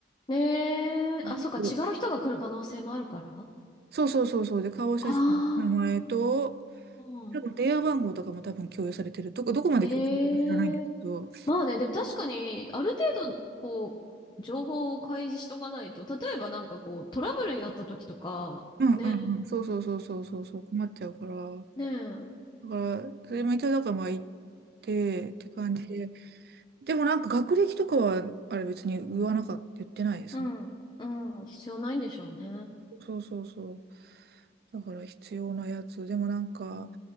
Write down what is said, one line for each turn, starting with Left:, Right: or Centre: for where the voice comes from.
Left: ねえ、
Right: うん
Left: あ、そっか、違う人が来る可能性もあるから。あ
Right: そうそうそうそう。で、顔写真、
Left: あ、
Right: 名前と、
Left: うん。
Right: 多分電話番号とかも多分共有されてる。どこ、どこまで共有されてるか知らないんですけど、
Left: ええまあね、でも確かに、ある程度、こう、情報を開示しとかないと、例えばなんかこう、トラブルになった時とか、
Right: うんうんうん、
Left: ね、
Right: そうそうそうそうそうそう、困っちゃうから。だ
Left: ねえ、うん、
Right: から、それも一応だからまあ言ってって感じで。でもなんか学歴とかは、あれ別に言わなかった、言ってないですね。
Left: うん、うん、必要ないんでしょうね。
Right: そうそうそう。だから必要なやつ。でもなんか、